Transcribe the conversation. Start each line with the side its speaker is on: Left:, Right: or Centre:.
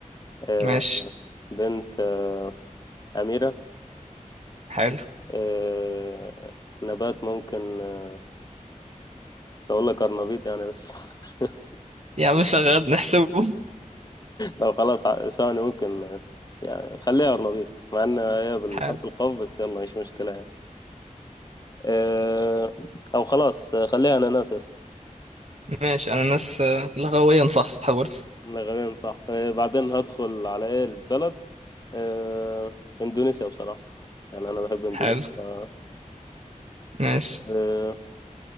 Left: آه
Right: ماشي
Left: بنت آه أميرة
Right: حلو
Left: آه نبات ممكن آه، أقول لك أرنبيط يعني بس <laughs>
Right: يا عم شغال نحسبه
Left: لو خلاص ع- ثواني ممكن يعني خليها أرنبيط مع إن هي بالحرف
Right: حلو
Left: القاف بس يلا مش مشكلة يعني أه أو خلاص آه، خليها أناناس يا اسطى
Right: ماشي انا ناس آه، لغويا صح برضه
Left: غالبا صح أه بعدين هدخل على إيه البلد أه إندونيسيا بصراحة يعني أنا بحب إندونيسيا
Right: حلو
Left: ف-
Right: ماشي
Left: أه